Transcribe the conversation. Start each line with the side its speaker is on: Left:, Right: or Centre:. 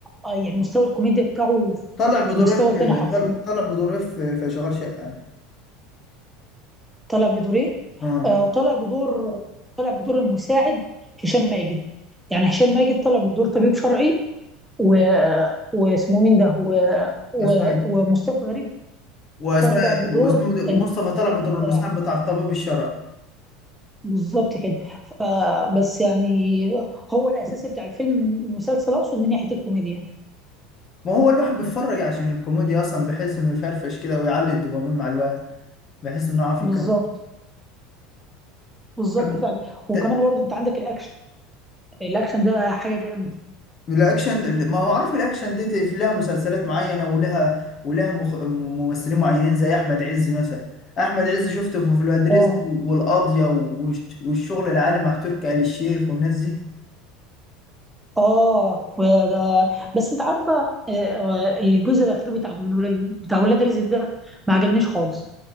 Centre: آه، يعني مستوى الكوميديا بتاعه
Left: طلع بدور
Centre: في مستوى
Left: اف
Centre: تاني حرفيا
Left: طلع طلع بدور اف في شغال شقه
Centre: طلع بدور ايه
Left: اه
Centre: آه طلع بدور طلع بدور المساعد هشام ماجد يعني هشام ماجد طلع بدور طبيب شرعي و... واسمه مين ده و... و...
Left: اسمعي
Centre: ومصطفى غريب
Left: واسماء
Centre: طلع بدور
Left: واسمه ده ومصطفى طلع
Centre: المساعد
Left: بدور المساعد بتاع الطبيب الشرعي
Centre: بالظبط كده فبس يعني هو الاساس بتاع الفيلم من المسلسل اقصد من ناحيه الكوميديا
Left: ما هو الواحد بيتفرج عشان الكوميديا اصلا بحيث انه يفرفش كده ويعلي الدوبامين مع الواحد بحيث انه يعرف
Centre: بالظبط
Left: يكمل
Centre: بالظبط
Left: طب
Centre: فعلا وكمان
Left: ت-
Centre: برضه انت عندك الاكشن الاكشن ده حاجه جامده
Left: الاكشن ما اعرف الاكشن دي تف- لها مسلسلات معينه ولها ولها مخ... م- ممثلين معينين زي احمد عز مثلا احمد عز شفته في ولاد رزق
Centre: اه
Left: والقاضيه والش- والشغل العالي مع تركي آل الشيخ والناس دي
Centre: اه وده بس انت عارفه آه، آه، الجزء الاخير بتاع من ولاد بتاع ولاد رزق ده ما عجبنيش خالص